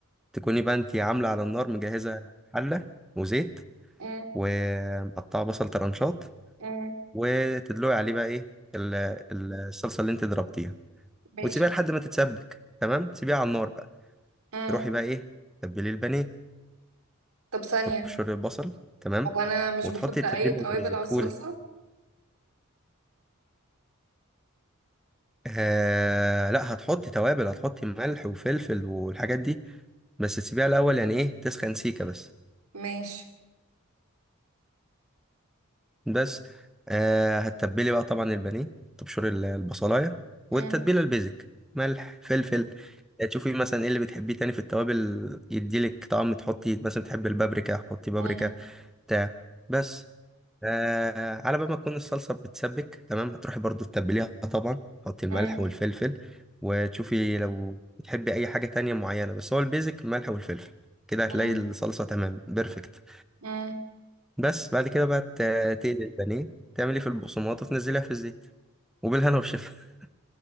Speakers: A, in the centre; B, on the right.
A: تكوني بقى انتي عاملة على النار مجهزة حلة وزيت
B: امم
A: ومقطعه بصل طرنشات
B: امم
A: وتدلقي عليه بقى ايه ال- ال- الصلصه اللي انت ضربتيها
B: ماشي
A: وتسيبيها لحد ما تتسبك تمام تسيبيها على النار بقى
B: مم.
A: تروحي بقى ايه تبلي البانيه
B: طب ثانية
A: تبشري البصل تمام
B: هو أنا مش
A: وتحطي
B: بحط
A: التتبيله
B: أي توابل
A: اللي بيعجبك.
B: على الصلصة
A: قولي آه لا هتحطي توابل هتحطي ملح وفلفل والحاجات دي بس تسيبيها الاول يعني ايه تسخن سيكه بس
B: ماشي
A: بس آه هتتبلي بقى طبعا البانيه تبشري ال- البصلايه والتتبيله
B: مم،
A: البيزك ملح فلفل تشوفي مثلا ايه اللي بتحبيه تاني في التوابل يديلك طعم تحطي مثلا بتحبي البابريكا حطي بابريكا
B: مم،
A: بتاع بس آه على بال ما تكون الصلصه بتسبك تمام هتروحي برضو تتبليها طبعا تحطي الملح
B: مم،
A: والفلفل وتشوفي لو بتحبي اي حاجه تانية معينه بس هو البيزك الملح والفلفل كده هتلاقي
B: مم،
A: الصلصه تمام بيرفكت
B: مم.
A: بس بعد كده بقى ت- تقلي البانيه تعملي في البقسماط وتنزليها في الزيت وبالهنا والشفا <laughs>